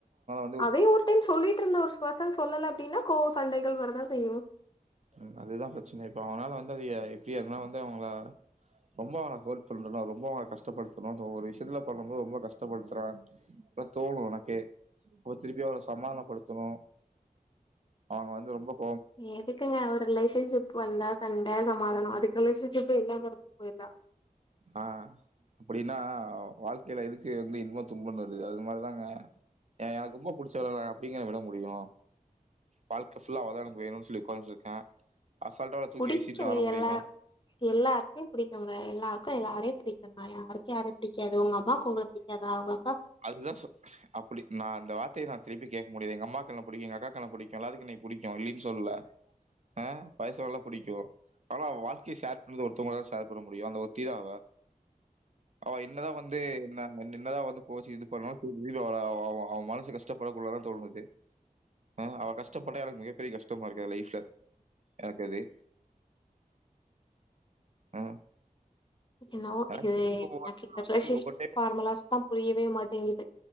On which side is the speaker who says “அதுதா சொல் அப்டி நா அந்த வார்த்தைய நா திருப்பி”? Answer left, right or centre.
Right